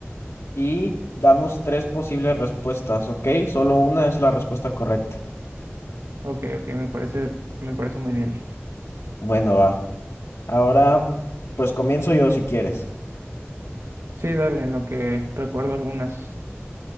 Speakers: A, on the left; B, on the right.
A: y damos tres posibles respuestas, ¿ok? Solo una es la respuesta correcta.
B: Ok, ok, me parece, me parece muy bien.
A: Bueno, va. Ahora, pues comienzo yo si quieres.
B: Sí, dale, en lo que recuerdo algunas.